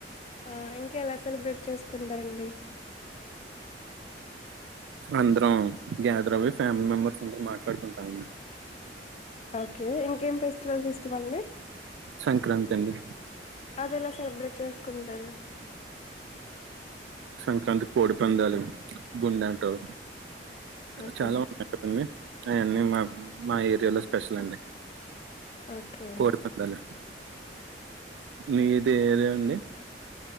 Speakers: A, on the left (about 35°); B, on the right (about 80°).
A: ఆ ఇంకెలా సెలబ్రేట్ చేసుకుంటారండి
B: అందరం గ్యాదర్ అవి ఫ్యామిలీ మెంబెర్స్ అందరూ మాట్లాడుకుంటాం అండి
A: ఓకే ఇంకేం ఫెస్టివల్స్ ఇష్టమండి
B: సంక్రాంతి అండి
A: అదెలా సెలబ్రేట్ చేసుకుంటారు
B: సంక్రాంతి కోడి పందాలు గుండంటవు
A: ఓకే
B: చాలామంది <inaudible> అయన్నీ మా మా ఏరియాలో స్పెషలండి
A: ఓకే
B: కోడి పందాలు మీదే ఏరియా అండి